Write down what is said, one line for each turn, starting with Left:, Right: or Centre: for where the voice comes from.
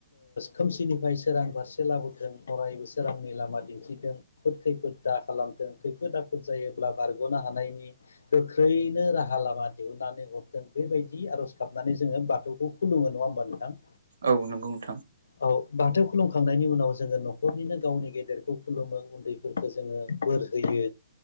Left: खोमसिनिफ्राय सोरां फारसे लाबोथों अरायबो सोरांनि लामा दिन्थिदों खैफोद खैफोद दा खालामथों खैफोद आफफोद जायोब्ला बारगनो हानायनि गोख्रैनो राहा लामा दिहुननानै हरदों बेबायदि आरज गाबनानै जोंङो बाथौखौ खुलुमो नोंङा होनबा नोंथां
Right: औ नंगौ नोंथां
Left: औ बाथौ खुलुमखांनायनि उनाव जोंङो नखरनिनो गावनि गेदेरखौ खुलुमो उन्दैफोरखौ जोंङो बोर होयो